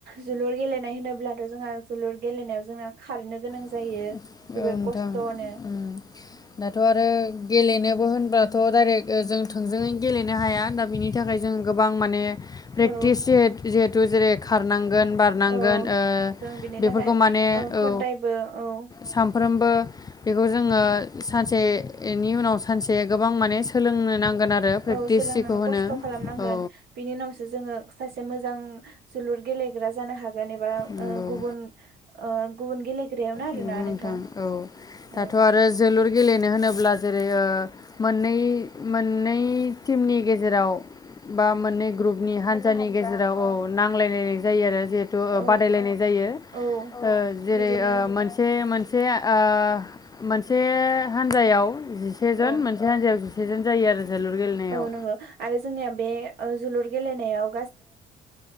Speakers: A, on the right (about 70°); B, on the left (about 20°).
A: जोलुर गेलेनाय होनोब्लाथ' जोंहा जोलुर गेलेनायाव जोंना खारैनो गोनां
B: औ
A: जायो जोबोर
B: नोंथां
A: खस्थ'नो
B: ओम दाथ' आरो गेलेनोबो होनबाथ' डाइरेक्ट जों थोंजोङै गेलेनो हाया दा बिनि थाखाय जों गोबां माने प्रेक्टिस
A: औ
B: जे जे <unintelligible> खारनांगोन बारनांगोन
A: औ
B: ओ
A: जों बिनि
B: बेफोरखौ
A: थाखाय
B: माने
A: ओ खदायबो
B: औ
A: औ
B: सानफ्रोमबो बेखौ जोङो सानसेनि उनाव सानसे गोबां माने सोलोंनो नांगोन आरो प्रेक्टिस
A: औ सोलोंनानै
B: जेखौ होनो
A: खस्थ' खालामनांगोन
B: औ
A: बिनि उनावसो जोङो सासे मोजां जोलुर गेलेग्रा जानो हागोन एबा
B: नंगौ
A: ओ गुबुन ओ गुबुन गेलेग्रायावनो आरोना
B: नंगौ
A: नोंथां
B: औ दाथ'
A: औ
B: आरो जोलुर गेलेनो होनोब्ला जेरै ओ मोननै मोननै टिमनि गेजेराव बा मोननै ग्रुपनि हान्जानि गेजेराव औ नांलायलायनाय जायो जेहेतु
A: औ
B: बादायलायनाय जायो
A: औ
B: ओ जेरै
A: बिदिनो
B: ओ मोनसे मोन से आ मोनसे हान्जायाव जिसे जन
A: औ
B: ओ मोनसे हान्जायाव जिसे जन जायो आरो जोलुर गेलेनायाव।
A: औ नंगौ आरो जोंनिया बे ओ जोलुर गेलेनायाव